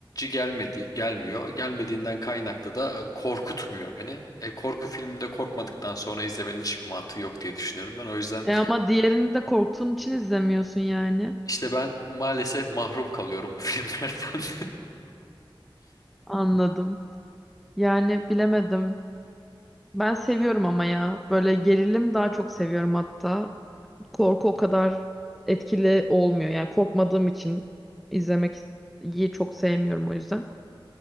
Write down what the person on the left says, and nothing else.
gelmedi gelmiyor. Gelmediğinden kaynaklı da korkutmuyor beni. E, korku filminde korkmadıktan sonra izlemenin hiçbir mantığı yok diye düşünüyorum ben. O yüzden
işte ben maalesef mahrum kalıyorum bu <laughs> filmlerden.